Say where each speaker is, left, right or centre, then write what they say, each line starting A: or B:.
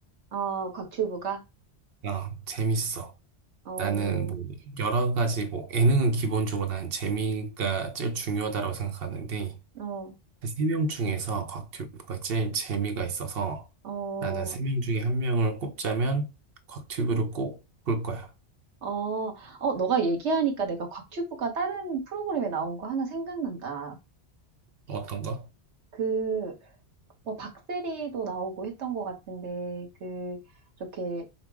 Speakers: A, on the right; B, on the right.
A: 아, 곽튜브가?
B: 아, 재밌어.
A: 어,
B: 나는 뭐 여러 가지 뭐 예능은 기본적으로 나는 재미가 제일 중요하다고 생각하는데
A: 어,
B: 그 세명 중에서 곽튜브가 제일 재미가 있어서
A: 어,
B: 나는 세 명 중에 한 명을 꼽자면 곽튜브를 꼽을 거야.
A: 어, 어, 너가 얘기하니까 내가 곽튜브가 다른 프로그램에 나온 거 하나 생각난다.
B: 어떤 가
A: 그, 뭐 박세리도 나오고 했던 것 같은데 그 이렇게